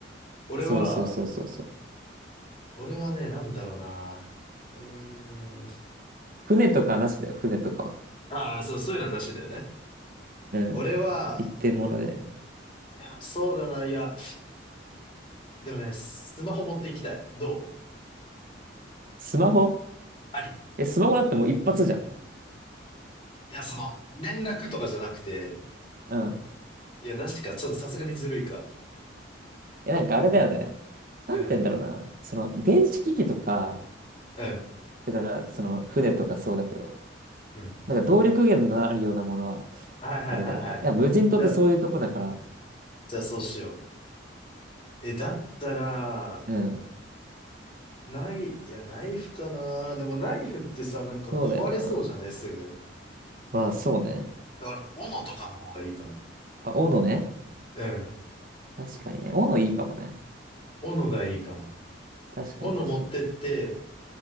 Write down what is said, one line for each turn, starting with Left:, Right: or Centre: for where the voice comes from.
Left: 俺は、
Right: そうそうそうそうそう。
Left: 俺はね、なんだろうな。うーん。
Right: 船とかなしだよ、船とかは。
Left: ああ、そう、そういうのはなしだよね。
Right: うん。
Left: 俺は、
Right: 一点物で。
Left: いや、そうだな。いや、でもね、スマホ持っていきたい。どう
Right: スマホ
Left: ありい
Right: え、スマホだってもう一発じゃん。
Left: や、その、連絡とかじゃなくて、
Right: うん。
Left: いや、なしか、ちょっとさすがにずるいか。
Right: え、なんかあれだよね。なんて言うんだろうな。
Left: うん、
Right: その、電子機器とか、
Left: うん、
Right: だから、その、船とかそうだけど、
Left: うん。
Right: なんか動力源のあるようなものは、
Left: はいはいはいはい。
Right: あれだよね。いや、無人島ってそういうとこだから。
Left: じゃあ、じゃあそうしよう。え、だったら、
Right: うん。
Left: ない、いや、ナイフかな。でもナイフってさ、なんか壊れそうじゃないすぐ。
Right: そうだよな。まあ、そうね。
Left: だから、斧とかの方がいいかも。
Right: あ、斧ね。
Left: うん。
Right: 確かにね。斧いいかもね。
Left: 斧がいいかも。
Right: 確かに、
Left: 斧持ってって、
Right: 確かに。